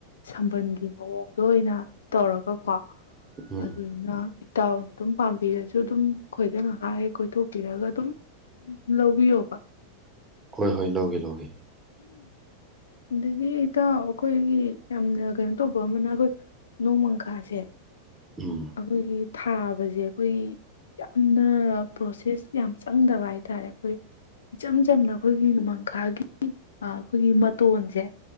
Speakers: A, on the left (about 65°); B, on the right (about 15°).
A: ꯁꯝꯕꯜꯒꯤ ꯃꯑꯣꯡꯗ ꯑꯣꯏꯅ ꯇꯧꯔꯒꯀꯣ
B: ꯎꯝ ꯎꯝ
A: ꯑꯗꯨꯅ ꯏꯠꯇꯥꯎꯅ ꯄꯥꯝꯕꯤꯗꯁꯨ ꯑꯗꯨꯝ ꯑꯩꯈꯣꯏꯗ ꯉꯥꯏꯍꯥꯏ ꯀꯣꯏꯊꯣꯛꯄꯤꯔꯒ ꯑꯗꯨꯝ ꯂꯧꯕꯤꯌꯣꯕ
B: ꯍꯣꯏ ꯍꯣꯏ ꯂꯧꯒꯦ ꯂꯧꯒꯦ
A: ꯑꯗꯒꯤ ꯏꯇꯥꯎ ꯑꯩꯈꯣꯏꯒꯤ ꯌꯥꯝꯅ ꯀꯩꯅꯣ ꯇꯧꯕ ꯑꯃꯅ ꯑꯩꯈꯣꯏ ꯅꯣꯡꯃꯪꯈꯥꯁꯦ
B: ꯎꯝ
A: ꯑꯩꯈꯣꯏꯒꯤ ꯊꯥꯕꯁꯦ ꯑꯩꯈꯣꯏꯒꯤ ꯌꯥꯝꯅ ꯄ꯭ꯔꯣꯁꯦꯁ ꯌꯥꯝ ꯆꯪꯗꯕ ꯍꯥꯏꯇꯥꯔꯦ ꯑꯩꯈꯣꯏ ꯏꯆꯝ ꯆꯝꯅ ꯑꯩꯈꯣꯏꯒꯤ ꯅꯃꯥꯡꯈꯥꯒꯤ ꯑꯥ ꯑꯈꯣꯏꯒꯤ ꯃꯇꯣꯟꯖꯦ